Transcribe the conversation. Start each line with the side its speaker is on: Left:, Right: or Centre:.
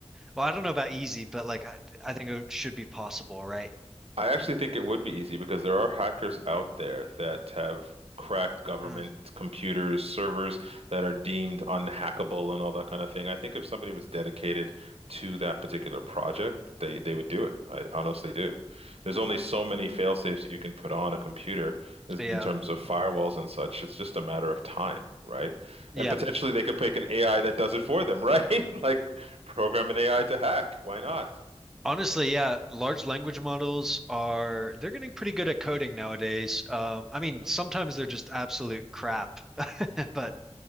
Centre: Well, I don't know about easy, but like I, I think it should be possible, right?
Right: I actually think it would be easy because there are hackers out there that have cracked government
Centre: Mm,
Right: computers, servers that are deemed unhackable and all that kind of thing. I think if somebody was dedicated to that particular project, they they would do it. I honestly do. There's only so many fail safes you can put on a computer is-
Centre: yeah.
Right: in terms of firewalls and such. It's just a matter of time, right?
Centre: Yeah.
Right: And potentially they could make an AI that does it for them, right? <laughs> Like program an AI to hack. Why not?
Centre: Honestly, yeah, large language models are they're getting pretty good at coding nowadays. Um, I mean,
Right: hmm
Centre: sometimes they're just absolute crap, <laughs> but